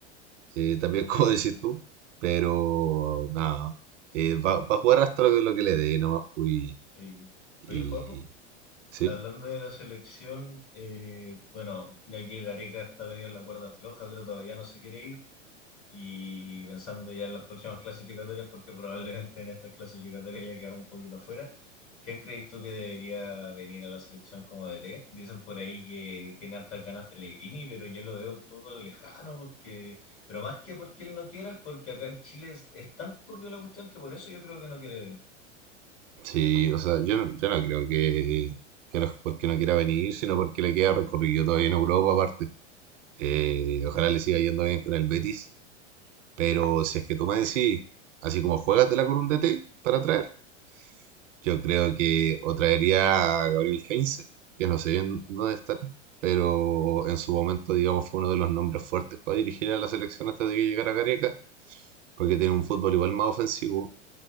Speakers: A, on the right; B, on the left.
A: eh, también, <laughs> como decís tú, pero nada, eh, va, va a jugar hasta lo que, lo que le dé, nomás, pues, y,
B: Sí.
A: y
B: Oye, Joaco,
A: sí,
B: hablando de la selección, eh, bueno, ya que Gareca está medio en la cuerda floja, pero todavía no se quiere ir, y pensando ya en las próximas clasificatorias, porque probablemente en estas clasificatorias ya quedas un poquito afuera. ¿Quién crees tú que debería venir a la selección como DT? Dicen por ahí que tiene hartas ganas Pellegrini, pero yo lo veo un poco lejano, porque, pero más que porque él no quiera, es porque acá en Chile es, es tan turbio la cuestión que por eso yo creo que no quiere venir.
A: sí, o sea, yo no, yo no creo que, que no es porque no quiera venir, sino porque le queda recorrido todavía en Europa, aparte. Eh, ojalá le siga yendo bien con el Betis. Pero si es que tú me decís, así como juégatela con un DT para traer, yo creo que o traería a Gabriel Heinze, que no sé en en dónde estará, pero en su momento, digamos, fue uno de los nombres fuertes para dirigir a la selección antes de que llegara Gareca, porque tiene un fútbol igual más ofensivo,